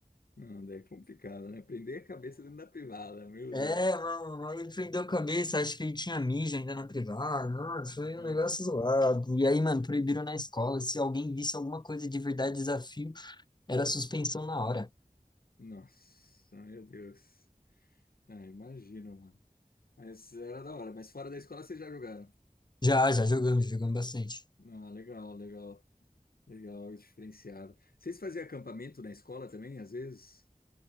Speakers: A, on the left; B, on the left.
A: não, daí é complicado, né? Prender a cabeça dentro da privada, meu
B: É,
A: Deus.
B: é, mano, aí ele prendeu a cabeça, acho que ele tinha mijo ainda na privada, mano, foi
A: Nossa,
B: um negócio zoado. E aí, mano, proibiram na escola, se alguém visse alguma coisa de verdade, desafio, era suspensão na hora.
A: nossa, meu Deus. Ah, imagina, mano. Mas era da hora, mas fora da escola vocês já jogaram.
B: Já, já jogamos, jogamos bastante.
A: Ah, legal, legal, legal, diferenciado. Vocês faziam acampamento na escola também, às vezes?